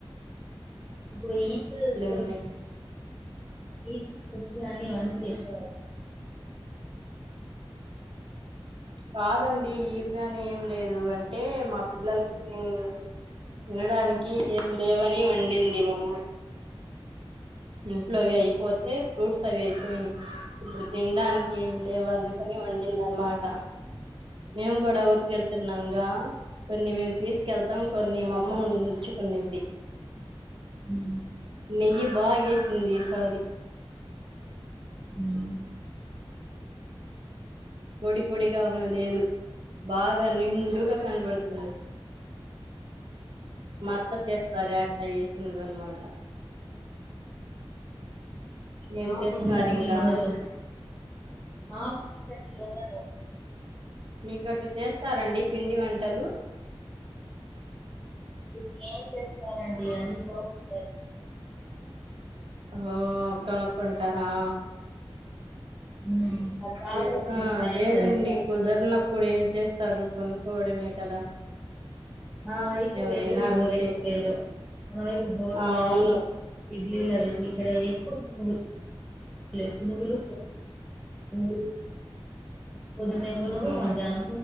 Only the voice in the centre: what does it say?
ఇప్పుడు ఈద్ స్పెషల్
ఈద్ స్పెషల్ అని అని చేసినారని
హ
హ్మ్
హ్మ్
మాకు
ఉంచండి
లుండలు. మాకు ఉంచండి వుండదు.
ఇటు ఏం చేస్తారండి అన్ని కొనుక్కుంటారు.
హ్మ్ పద్దాకల
కొనుకులే
ఏస్తారు ఇక్కడ
నా వైపు
వేరు ఇటు
వైపు వేరు మన వైపు దోశా
ఇడ్లీలా వేసి ఇక్కడ ఎప్పుడు పునుగులే పునుగులు పునుగులు పొద్దున్నే పునుగు
మధ్యాహ్నం